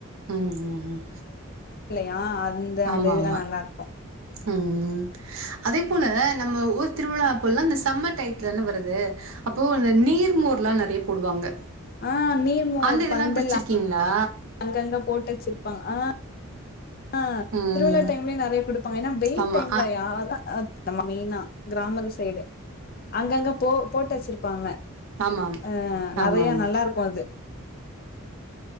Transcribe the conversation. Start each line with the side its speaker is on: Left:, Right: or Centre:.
Right: ம், ம், ம்.
Left: யா ஆ அந்த அந்த
Right: ஆமா,
Left: இதெல்லாம்
Right: ஆமா.
Left: நல்லா இருக்கோ
Right: ம் அதே போல நம்ம ஊர் திருவிழா அப்போல்லாம் இந்த சம்மர் டைத்துல வருது அப்போ அந்த நீர்மோர்லாம் நறைய போடுவாங்க
Left: ஆ நீர் மோர்
Right: அந்த இதெல்லாம்
Left: பந்தல்லா
Right: குடிச்சிருக்கீங்களா?
Left: அங்கங்க போட்டு வச்சுருப்பாங் ஆ ஆ
Right: ம்.
Left: திருவிழா டைம்லயே நறைய குடுப்பாங்க ஏன்னா வெயில்
Right: ஆமா.
Left: டைம்லயா
Right: அ
Left: நம்ம மெயினா கிராமத்து சைடு அங்கங்க போ போட்டு வச்சிருப்பாங்க
Right: ஆமாம்.
Left: ஆ நறைய
Right: ஆமாமா.
Left: நல்லா இருக்கு அது